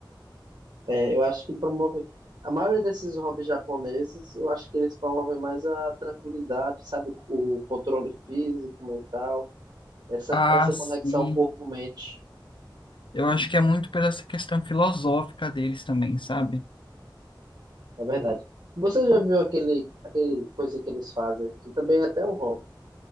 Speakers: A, on the right; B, on the left.
A: É, eu acho que promove. A maioria desses hobbies japoneses, eu acho que eles promovem mais a tranquilidade, sabe? O controle físico, mental, essa,
B: Ah,
A: essa
B: sim
A: conexão corpo-mente.
B: eu acho que é muito pela essa questão filosófica deles também, sabe?
A: É verdade. Você já viu aquele, aquele coisa que eles fazem, que também é até um hobby?